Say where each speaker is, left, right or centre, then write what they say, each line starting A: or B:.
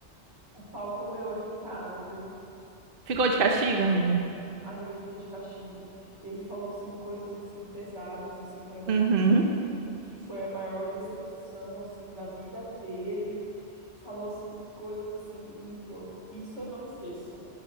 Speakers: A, on the right; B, on the right.
A: o pau comeu aqui em casa, viu?
B: Ficou de castigo, amiga?
A: Amiga, eu fiquei de castigo. Ele falou assim coisas assim pesadas assim para mim
B: Uhum.
A: que, que que foi a maior decepção assim da vida dele. Falou assim coisas assim em que eu isso eu não esqueço,